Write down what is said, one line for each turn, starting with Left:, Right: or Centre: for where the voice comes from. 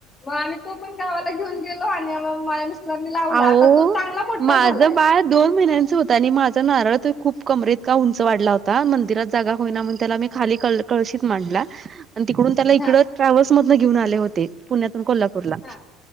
Left: मग आम्ही तो पण गावाला घेऊन गेलो आणि <unintelligible> लावला
Right: आवो
Left: आता तो चांगला मोठा
Right: माझं
Left: झालाय.
Right: बाळ दोन महिन्यांच होत त्यानी माझा नारळ त खूप कमरेइतका उंच वाढला होता मंदिरात जागा होईना म्हणून त्याला मी खाली कळ कळशित मांडला आणि तिकडून त्याला इकडं
Left: हा
Right: ट्रॅव्हल्स मधनं घेऊन आले होते. पुण्यातून कोल्हापू पूरला,
Left: हा